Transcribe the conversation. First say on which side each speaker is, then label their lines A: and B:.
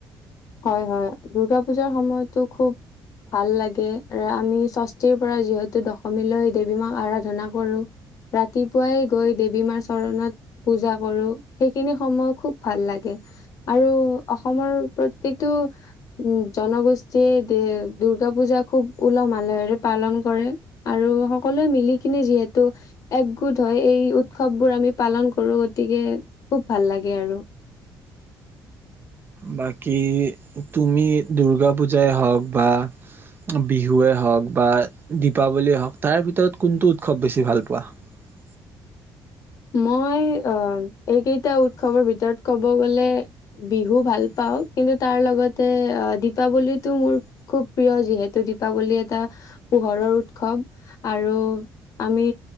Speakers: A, on the left; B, on the right.
A: হয় হয় দুূৰ্গা পূজাৰ সময়তো খুব ভাল লাগে, আমি ষষ্ঠীৰ পৰা যিহেতু দশমীলৈ দেৱী মাক আৰাধনা কৰো, ৰাতিপুৱাই গৈ দেৱী মাৰ চৰণত পূজা কৰো সেইখিনি সময় খুব ভাল লাগে আৰু অসমৰ প্ৰত্য়েকটো জনগোষ্ঠীয়ে দুূৰ্গা পূজা খুব উলহ ম আালহেৰে পালন কৰে আৰু সকলোৱে মিলি কিনে যিহেতু একগোট হয় এই উৎসৱবোৰ আমি পালন কৰো গতিকে খুব ভাল লাগে আৰু।
B: বাকী তুমি দুৰ্গা পূজাই হওক বা বিহুৱেই হওক বা দীপাৱলীয়ে হওক তাৰ ভিতৰত কোনটো উৎসৱ বেছি ভালায়? ৱাহ <unintelligible>
A: মই আহ এইকেইটা উৎসৱৰ ভিতৰত কব গলে বিহু ভাল পাও কিন্তু তাৰ লগতে দীপাৱলীটো মোৰ খুব প্ৰিয় যিহেতু দীপাৱলী এটা পোহৰৰ উৎসৱ আৰু আমি